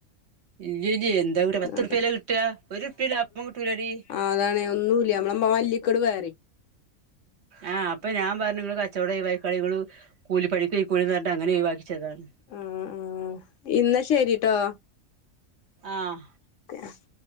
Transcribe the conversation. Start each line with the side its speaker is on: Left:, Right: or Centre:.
Right: ഇല്ല ജ് എന്താ കിട്ടാ പത്ത്
Left: അതെ
Right: റുപല്ല കിട്ട ഒരു റുപ്പയില ലാഭം കിട്ടൂലടി
Left: ആഹ് അതാണ ഒന്നുല്ല നമ്മളെ മ മല്ലിക്കോട് വേറെ
Right: ആഹ് അപ്പം ഞാൻ പറഞ്ഞു നിങ്ങള് കച്ചവടം ഒഴിവാക്ക്യാളി, ഇങ്ങൾ കൂലിപ്പണിക്ക് പൊയ്ക്കോളി ന്ന് പറഞ്ഞിട്ട് അങ്ങനെ ഒഴിവാക്കിച്ചതാണ്
Left: ആഹ് ആഹ് ഇന്ന ശരിട്ടോ
Right: ആഹ്
Left: <inaudible>